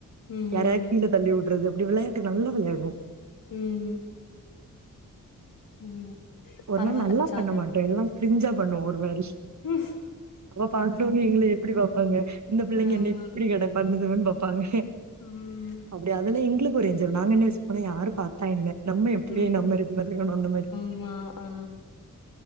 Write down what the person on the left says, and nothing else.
ம்,
ம் ம்
பரவால்ல
ஜாலியா
ம்
ஆமா.
ம்
ம்.
ஆமா ஆ